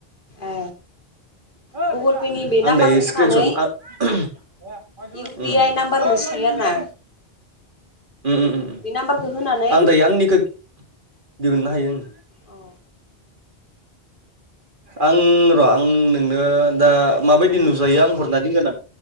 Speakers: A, on the left; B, on the right.
A: ए
B: आं
A: गुगोल पेनि बे नाम्बारखौ
B: दायो स्क्रिनस
A: होनानै
B: ओम <unintelligible>
A: इउ पि आइ नाम्बार मोनसे थायो आरो ना
B: ओम
A: बे नाम्बारखौ होनानै
B: आं दायो आंनिखौ दिहुननो हायो आङो
A: औ।
B: आं र' आं नोंनो ओ दा माबायदि नुजायो आं हरना दोनगोन आं